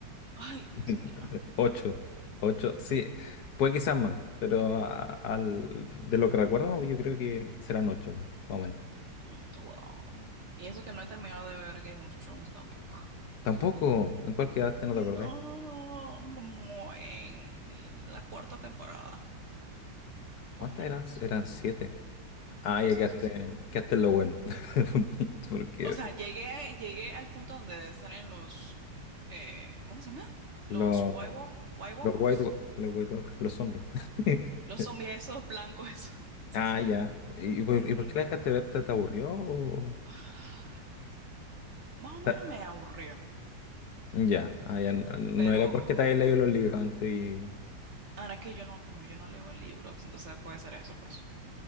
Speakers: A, on the right (about 50°); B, on the left (about 65°).
A: Ay, Dios
B: <laughs>
A: mío.
B: Ocho, ocho, sí, puede quizás más, pero a- al, de lo que recuerdo, yo creo que serán ocho, más o menos.
A: Mm, Wow. Y eso que no he terminado de ver Game of Thrones tampoco.
B: Tampoco. ¿En cuál quedaste? No
A: No,
B: te acordé.
A: como en la cuarta temporada,
B: ¿Cuántas
A: más o menos.
B: eran?
A: Sí,
B: Eran siete. Ah, ya
A: sí,
B: quedaste,
A: sí, sí.
B: quedaste en lo bueno. <laughs> Porque
A: O sea, llegué, a- llegué al punto donde salen los, eh, ¿cómo se llama?
B: los,
A: Los White, Wa- White Walkers,
B: los White, Wa- los White Walkers, los zombies. <laughs>
A: los zombies esos blancos esos. <laughs> Sí,
B: Ah,
A: sí, sí.
B: ya. ¿Y, y por, y por
A: Mm.
B: qué la dejaste ver? ¿Te, te aburrió? o-
A: Ah, Más o menos
B: Ta-
A: me aburrió,
B: Ya, ah, ya. No, no
A: pero
B: era porque te habías leído los libros antes
A: ahora es que yo no, como yo no leo libros, entonces puede ser eso, pues.